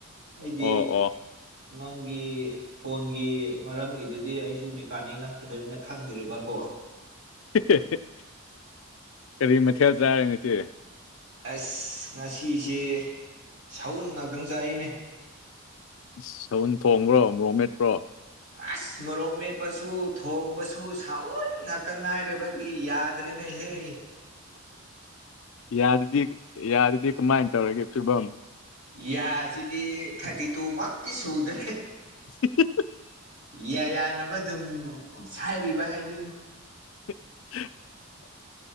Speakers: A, on the right; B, on the left.
A: ꯑꯩꯗꯤ
B: ꯑꯣ ꯑꯣ
A: ꯅꯪꯒꯤ ꯐꯣꯟꯒꯤ ꯃꯔꯝꯒꯤꯗꯨꯗꯤ ꯑꯩꯁꯨ ꯃꯦꯀꯥꯅꯤꯛ ꯅꯠꯇꯗꯃꯤꯅ ꯈꯪꯗ꯭ꯔꯦꯕꯀꯣ
B: <unintelligible> ꯀꯔꯤ ꯃꯊꯦꯜ ꯆꯥꯔꯦ ꯉꯁꯤ
A: ꯑꯩꯁ ꯉꯁꯤꯁꯦ ꯁꯎꯟ ꯉꯥꯛꯇꯪ ꯆꯥꯏꯅꯦ
B: ꯏꯁ ꯁꯎꯟ ꯊꯣꯡꯕ꯭ꯔꯣ ꯃꯣꯔꯣꯛ ꯃꯦꯠꯄ꯭ꯔꯣ
A: ꯑꯁ ꯃꯣꯔꯣꯛ ꯃꯦꯠꯄꯁꯨ ꯊꯣꯡꯕꯁꯨ ꯁꯥꯎꯟ ꯉꯥꯛꯇ ꯉꯥꯏ ꯔꯕꯒꯤ ꯌꯥꯗ꯭ꯔꯦꯅꯦ ꯍꯦ
B: ꯌꯥꯗꯗꯤ ꯌꯥꯗꯗꯤ ꯀꯃꯥꯏꯟ ꯇꯧꯔꯤꯒꯦ ꯐꯤꯕꯝ
A: ꯌꯥꯁꯤꯗꯤ ꯊꯥꯔꯇꯤ ꯇꯨ ꯃꯛꯇꯤ ꯁꯨꯗ꯭ꯔꯦ
B: <unintelligible>
A: ꯌꯥ ꯌꯥꯅꯕ ꯑꯗꯨꯝ ꯁꯥꯏꯕꯤꯕ ꯍꯥꯏꯗꯨꯅꯤ
B: <unintelligible>